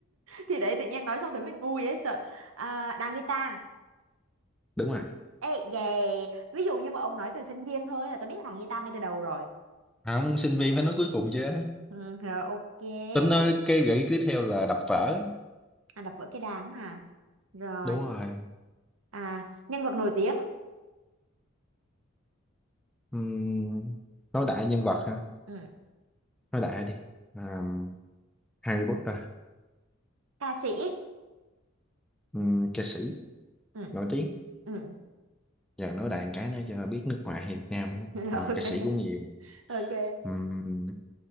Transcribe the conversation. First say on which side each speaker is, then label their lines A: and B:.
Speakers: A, on the right; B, in the centre.
A: thì để tự nhiên nói xong thì mình ngu vậy sợ à, đàn guitar
B: <laughs> đúng rồi
A: ê về ví dụ như mà ông nói từ sinh viên thôi là tôi biết đàn guitar ngay từ đầu rồi
B: à, không sinh viên phải nói cuối cùng chứ
A: ừ, rồi ok
B: tính nói
A: ô,
B: cái gợi ý tiếp theo là đập vỡ
A: à, đập vỡ cái đàn hả rồi
B: đúng rồi
A: à nhân vật nổi tiếng
B: Ừm, nói đại nhân vật ha
A: ừ.
B: nói đại đi à, Harry Potter
A: ca sĩ
B: ừm, ca sĩ
A: ừ.
B: nổi tiếng
A: Ừ.
B: giờ nói đại cái nữa cho biết nước ngoài hay Việt Nam nữa.
A: <laughs>
B: À, mà
A: ok
B: ca sĩ cũng nhiều
A: ok
B: Ừm,